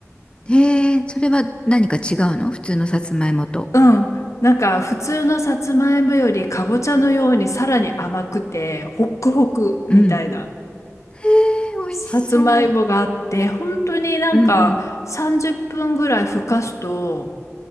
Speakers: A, on the left (about 20°); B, on the left (about 75°).
A: ええ、それは何か違うの普通のさつまいもと。
B: うん。なんか、普通のさつまいもよりかぼちゃのようにさらに甘くて、ホックホクみたいな
A: うん。へえ、
B: さつまいもがあって、
A: 美味しそう。
B: 本当になんか30分ぐらいふかすと、
A: うん、うん、